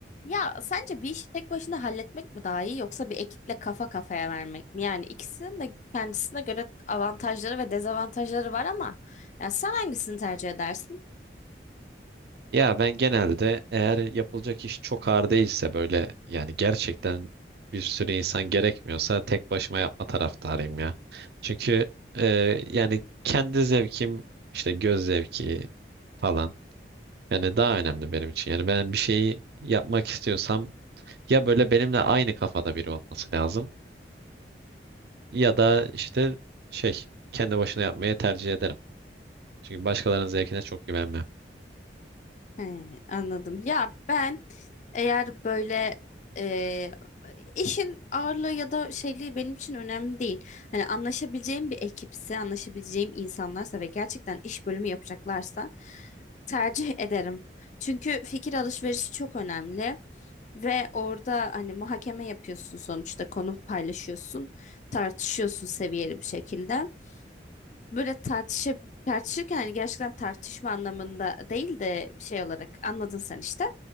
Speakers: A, on the left; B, on the right.
A: Ya sence bir işi tek başına halletmek mi daha iyi yoksa bir ekiple kafa kafaya vermek mi? Yani ikisinin de kendisine göre avantajları ve dezavantajları var ama ya sen hangisini tercih edersin?
B: Ya ben genelde eğer yapılacak iş çok ağır değilse böyle yani gerçekten bir sürü insan gerekmiyorsa tek başıma yapma taraftarıyım ya. Çünkü e, yani kendi zevkim işte göz zevki falan yani daha önemli benim için. Yani ben bir şeyi yapmak istiyorsam ya böyle benimle aynı kafada biri olması lazım ya da işte şey kendi başına yapmayı tercih ederim. Çünkü başkalarının zevkine çok güvenmem.
A: He, anladım. Ya ben eğer böyle e, işin ağırlığı ya da şeyliği benim için önemli değil. Hani anlaşabileceğim bir ekipse, anlaşabileceğim insanlarsa ve gerçekten iş bölümü yapacaklarsa tercih ederim. Çünkü fikir alışverişi çok önemli. Ve orada hani muhakeme yapıyorsun sonuçta konu paylaşıyorsun, tartışıyorsun seviyeli bir şekilde. Böyle tartışıp tartışırken hani gerçekten tartışma anlamında değil de şey olarak anladın sen işte.